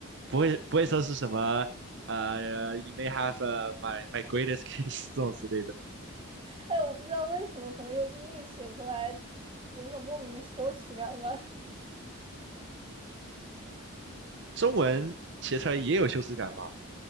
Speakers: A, on the right; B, on the right.
A: 不会不会说是什么呃，you may have u my my <laughs> greatest kiss 这种之类的。
B: 哎，我不知道为什么，可能用英语写出来有种莫名的羞耻感吧。<laughs>
A: 中文写出来也有羞耻感吧？